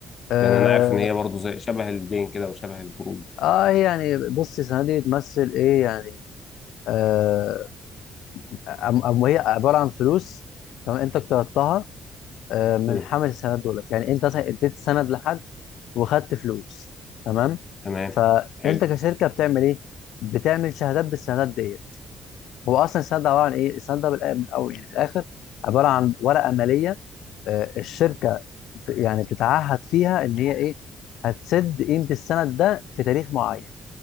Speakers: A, on the left (about 80°); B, on the left (about 40°).
A: اه,
B: لان انا عارف ان هي برضو زي شبه الدين كده وشبه القروض
A: آه يعني بص السنه دي بتمثل ايه يعني آه أم أم هي عباره عن فلوس تمام انت اقترضتها آه من
B: مم.
A: حامل السندات دولت يعني انت مثلا اديت سند لحد وخدت فلوس تمام
B: تمام
A: فانت
B: حلو
A: كشركه بتعمل ايه بتعمل شهادات بالسندات ديت هو اصلا السند ده عباره عن ايه؟ السند ده بالآ- من الاول يعني في الاخر عباره عن ورقه ماليه آه، الشركه ب- يعني بتتعهد فيها ان هي ايه؟ هتسد قيمه السند ده في تاريخ معين